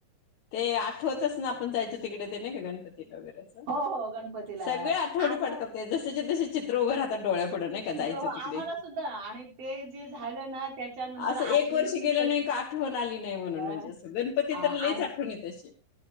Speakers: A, on the left; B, on the right.
A: ते आठवतच ना आपण जायचं तिकडे ते नाही का गणपतीला वगैरेचं
B: हो, हो. गणपतीला.
A: सगळे आठवणी
B: आता
A: पडतात ते जसे च्या तसे चित्र उभं राहतात डोळ्या पुढ नाही का
B: चित्र
A: जायचं
B: हो,
A: तिकडे
B: आम्हाला सुद्धा आणि ते जे झालं ना त्याच्यानंतर
A: असं
B: अजूनही
A: एक वर्ष गेलं
B: तशीच
A: नाही का आठवण आली नाही म्हणून
B: अ,
A: म्हणजे अस गणपती
B: आ
A: तर लई
B: आणि
A: आठवण येत्या अशी